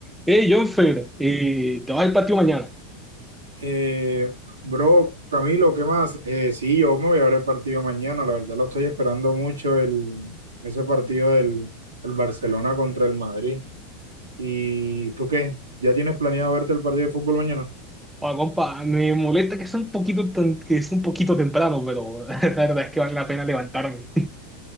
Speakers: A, in the centre; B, on the right.
A: Hey, Jonfer, eh, te vas al patio mañana.
B: Eh, bro, Camilo, ¿qué más? Eh, sí, yo me voy a ver el partido mañana, la verdad lo estoy esperando mucho, el, ese partido del, del Barcelona contra el Madrid. ¿Y tú qué? ¿Ya tienes planeado verte el partido de fútbol mañana?
A: Oa, compa, me molesta que sea un poquito, tan- que es un poquito temprano, pero <laughs> la verdad es que vale la pena levantarme.